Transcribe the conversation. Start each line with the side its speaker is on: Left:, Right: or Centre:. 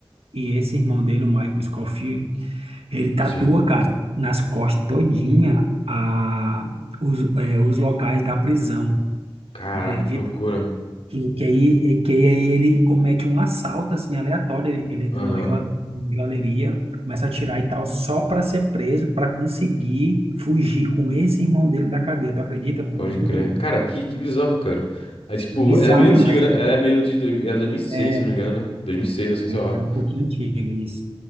Right: E esse irmão dele, o Michael Scofield, Ele tatua,
Left: Sim.
Right: cara, nas costas todinha a, os, é, os locais da prisão, tu
Left: Caraca,
Right: acredita?
Left: que loucura.
Right: Que, que aí, é, que aí ele comete um assalto, assim, aleatório, ele, ele entra
Left: Aham.
Right: numa joa- joalheria, começa a atirar e tal, só para ser preso, para conseguir fugir com esse irmão dele da cadeia, tu acredita? Pô,
Left: Pode
Right: é muito
Left: crer.
Right: louco,
Left: Cara, que, que bizarro, cara. Aí, tipo,
Right: é bizarro
Left: ela é meio
Right: demais,
Left: antiga, né? Ela é meio de... dois mil- Ela é 2006,
Right: é,
Left: se não me engano, né? 2006, assim, sei lá.
Right: é um pouquinho antigo isso.